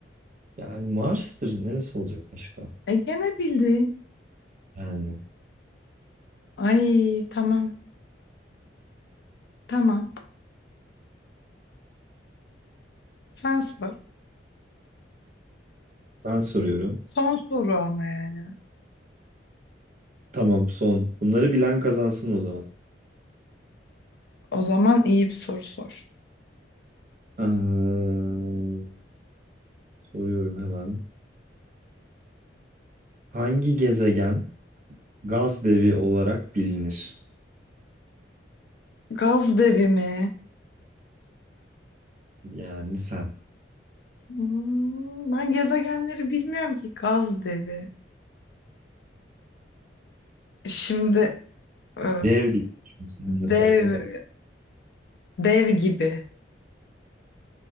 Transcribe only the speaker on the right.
Yani Mars'tır. Neresi olacak başka?
Yani
ben soruyorum.
Tamam son. Bunları bilen kazansın o zaman.
Ee, soruyorum hemen. Hangi gezegen gaz devi olarak bilinir?
Yani sen.
Dev diye düşünüyorsun mesela
ne der?